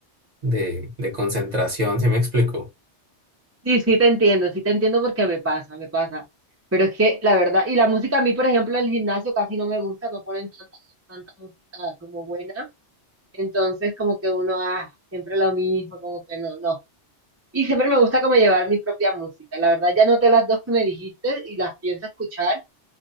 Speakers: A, on the right (about 35°); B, on the right (about 15°).
A: de, de concentración, ¿sí me explico?
B: Sí, sí te entiendo, sí te entiendo porque me pasa, me pasa. Pero es que la verdad, y la música a mí, por ejemplo, el gimnasio casi no me gusta, no ponen tanta, tanta música como buena. Entonces, como que uno, ah, siempre lo mismo, como que no, no. Y siempre me gusta como llevar mi propia música. La verdad, ya noté las dos que me dijiste y las pienso escuchar.